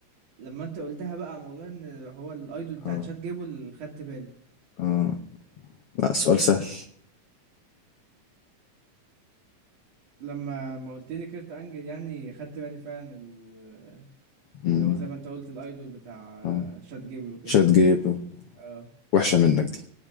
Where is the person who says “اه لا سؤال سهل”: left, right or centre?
Left